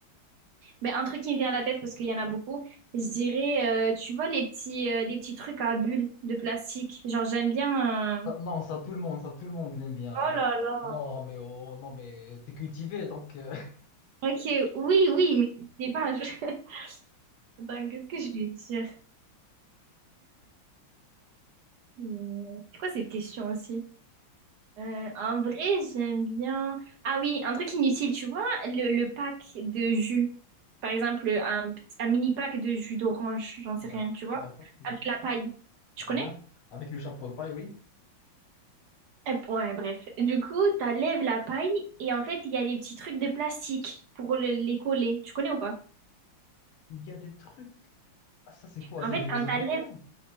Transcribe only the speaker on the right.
Mais un truc qui me vient à la tête parce qu'il y en a beaucoup, je dirais, euh, tu vois les petits, euh, les petits trucs à bulles de plastique. Genre j'aime bien.
euh,
Oh
là là.
Ok, oui, oui, mais je sais pas. je- <laughs> Attends, qu'est-ce que je vais dire? Euh, C'est quoi cette question aussi? Euh, en vrai, j'aime bien. Ah oui, un truc inutile, tu vois, le, le pack de jus. Par exemple, un, un mini pack de jus d'orange, j'en sais
rien, tu vois,
avec la paille. Tu
connais?
Eh, Ouais, bref. Du coup, t'enlèves la paille et en fait, il y a des petits trucs de plastique pour le- les coller. Tu connais ou pas?
En
fait,
quand
t'enlèves,